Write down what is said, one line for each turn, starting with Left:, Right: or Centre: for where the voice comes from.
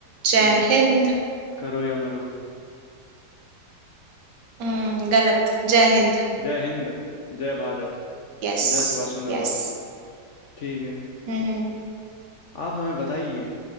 Right: जय
Left: हम्म
Right: हिंद
Left: करो या मरो
Right: हम्म गलत जय हिंद
Left: जय हिंद जय भारत
Right: यस
Left: जय सुभाष चंद्र बोस
Right: यस
Left: ठीक है
Right: हम्म
Left: आप हमें बताइए